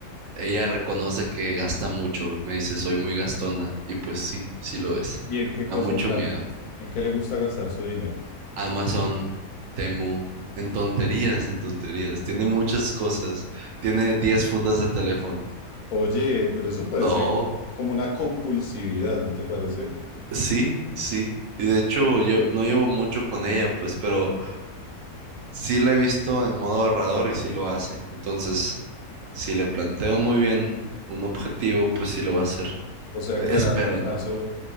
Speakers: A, on the right (about 65°); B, on the left (about 80°).
A: Ella reconoce que gasta mucho, me dice, soy muy gastona, y pues sí, sí lo es.
B: ¿Y en qué
A: Me
B: cosas
A: da mucho
B: gasta?
A: miedo.
B: ¿En qué le gusta gastar su dinero?
A: Amazon, Temu, en tonterías, en tonterías. Tiene muchas cosas. Tiene 10 fundas de teléfono.
B: Oye, pero eso parece
A: No,
B: como una compulsividad, ¿no te parece?
A: sí, sí. Y de hecho, yo no llevo mucho con ella, pues, pero sí la he visto en modo ahorrador y sí lo hace. Entonces, si le planteo muy bien un objetivo, pues sí lo va a hacer.
B: O sea que
A: Espero,
B: a largo
A: ¿no?
B: plazo,